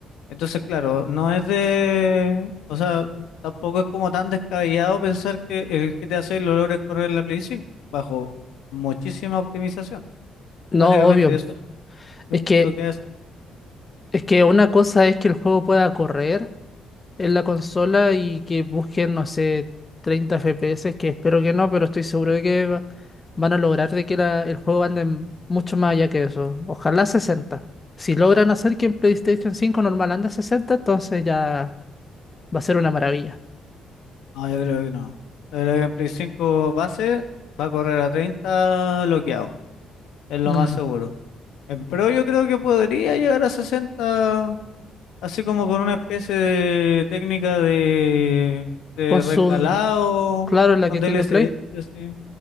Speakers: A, on the left; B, on the left.
A: Entonces, claro, no es de... O sea, tampoco es como tan descabellado pensar que el GTA 6 lo logren correr en la Play 5, bajo muchísima optimización.
B: No,
A: Básicamente
B: obvio.
A: eso es lo
B: Es
A: que
B: que,
A: lo que hace. que
B: es que una cosa es que el juego pueda correr. en la consola y que busquen, no sé, 30 FPS, que espero que no, pero estoy seguro de que va- van a lograr de que la- el juego ande mucho más allá que eso. Ojalá sesenta Si logran hacer que en PlayStation cinco normal ande a 60, entonces ya va a ser una maravilla.
A: No, yo creo que no. Yo creo que en Play 5 base va a correr a 30 bloqueado, es lo
B: Mm,
A: más seguro. En Pro yo creo que podría llegar a 60 Así como con una especie de técnica de, de
B: Con su,
A: recalado,
B: claro, en la
A: con
B: que
A: DLSS,
B: tiene Play.
A: así,